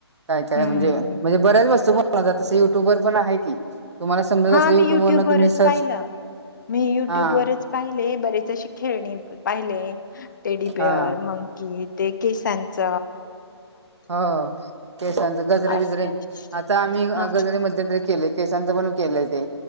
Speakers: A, on the right; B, on the left.
A: काय काय
B: हम्म.
A: म्हणजे म्हणजे बऱ्याच वस्तूत तस युट्युबर पण आहे की तुम्हाला समजत
B: हा
A: असलं युट्यूब
B: मी युट्यूबवरच
A: वरन तुम्ही सर्च
B: पाहिलं मी युट्यूब
A: हा
B: वरच पाहिले बरेचशी खेळणी पाहिले टेडीबिअर
A: हा
B: मंकी ते केसांच
A: हो केशांच गजरे
B: असं.
A: विजरे आता आम्ही
B: हां.
A: गजरे मध्यरी केलयण केय ते